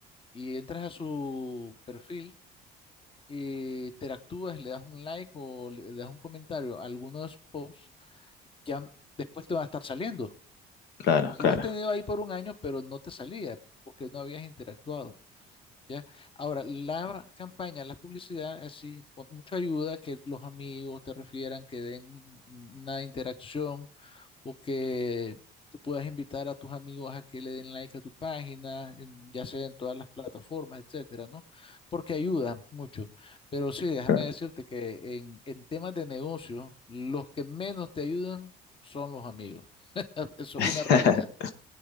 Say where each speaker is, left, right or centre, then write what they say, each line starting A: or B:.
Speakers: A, on the left; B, on the left.
A: y entras a su perfil, eh, interactúas, le das un like o le das un comentario a alguno de sus posts, ya después te va a estar saliendo.
B: Claro,
A: Lo
B: claro.
A: has tenido ahí por un año, pero no te salía porque no habías interactuado. ¿ya? Ahora, la campaña, la publicidad, así, con mucha ayuda, que los amigos te refieran, que den una interacción o que tú puedas invitar a tus amigos a que le den like a tu página, en- ya sea en todas las plataformas, etcétera, ¿no? Porque ayuda mucho. Pero sí, déjame
B: claro.
A: decirte que en, en temas de negocio, los que menos te ayudan son los amigos. Eso
B: <laughs>
A: es una realidad.